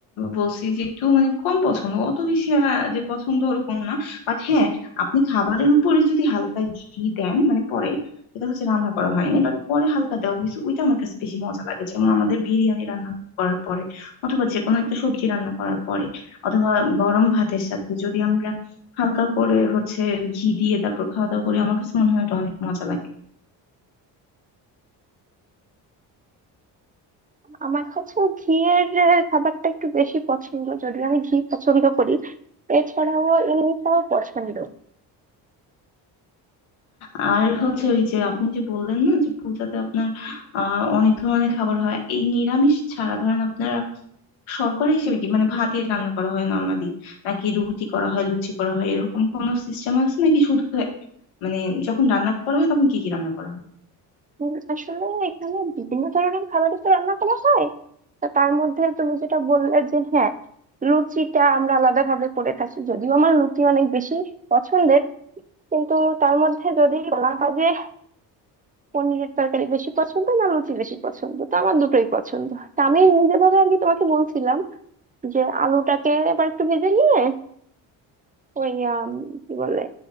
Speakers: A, on the left (about 70°); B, on the right (about 15°).
A: বলছি যে একটু মানে কম পছন্দ অত বেশি আহ, যে পছন্দ ওরকম না বাট হ্যাঁ আপনি খাবারের উপরে যদি হালকা ঘি দেন মানে পরে এটা হচ্ছে রান্না করা হয়নি বাট পরে হালকা দেওয়া হয়েছে ওইটা আমার কাছে বেশি মজা লাগে যেমন আমাদের বিরিয়ানি রান্না করার পরে অথবা যে কোনো একটা সবজি রান্না করার পরে অথবা গরম ভাতের সাথে যদি আমরা হালকা করে হচ্ছে ঘি দিয়ে তারপর খাওয়া দাওয়া করি আমার কাছে মনে হয় এটা অনেক মজা লাগে
B: আমার কাছে ঘিয়ের আহ, খাবারটা একটু বেশি পছন্দ যদিও আমি ঘি পছন্দ করি এছাড়াও এমনিটাও পছন্দ
A: আর হচ্ছে ওই যে আপনি যে বললেন না যে পূজাতে আপনার আহ অনেক ধরনের খাবার হয় এই নিরামিষ ছাড়া ধরেন আপনারা শর্করা হিসেবে কি মানে ভাতই রান্না করা হয় নর্মালি নাকি রুটি করা হয় লুচি করা হয় এরকম কোনো সিস্টেম আছে নাকি শুধু মানে যখন রান্না করা হয় তখন কি কি রান্না করা হয়
B: উম, আসলে এখানে বিভিন্ন ধরনের খাবারই তো রান্না করা হয় তা তার মধ্যে তুমি যেটা বললে যে হ্যাঁ লুচিটা আমরা আলাদা ভাবে করে থাকি যদিও আমার লুচি অনেক বেশি পছন্দের কিন্তু তার মধ্যে যদি বলা হয় যে পনিরের তরকারি বেশি পছন্দ না লুচি বেশি পছন্দ তো আমার দুটোই পছন্দ তা আমি নিজের ভাবে আর কি তোমাকে বলছিলাম যে আলুটাকে এবার একটু ভেজে নিয়ে ওই আম, কি বলে